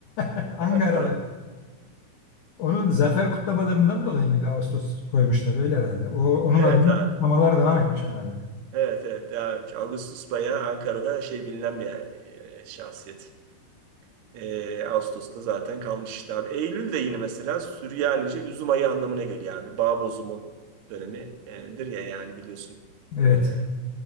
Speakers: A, on the left; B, on the right.
A: <laughs>
B: <laughs>
A: Ankaralı.
B: Ankara.
A: Onun zafer kutlamalarından dolayı mı Ağustos koymuşlar öyle herhalde. O onun
B: Evet
A: adına
B: abi.
A: kutlamalar devam etmiş herhalde.
B: Evet evet. Yani Ağustos bayağı Ankara'da şey bilinen bir e, şahsiyet. Ee, Ağustos'ta zaten kalmış işte abi. Eylül de yine mesela Süryanice üzüm ayı anlamına geliyor abi. Bağ bozumu dönemidir ya yani biliyorsun.
A: Evet.
B: Ee,